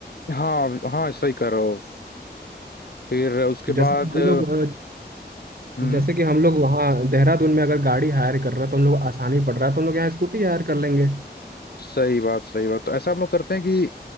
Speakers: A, on the left; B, on the right.
A: हाँ हाँ सही कर रहे हो फिर उसके
B: जैसे
A: बाद
B: कि हम
A: अ,
B: लोग अ,
A: हम्म
B: जैसे कि हम लोग वहाँ देहरादून में अगर गाड़ी हायर कर रहा है तो हम लोग को आसानी पड़ रहा है तो हम लोग यहाँ स्कूटी हायर कर लेंगे
A: सही बात सही बात तो ऐसा हम लोग करते हैं कि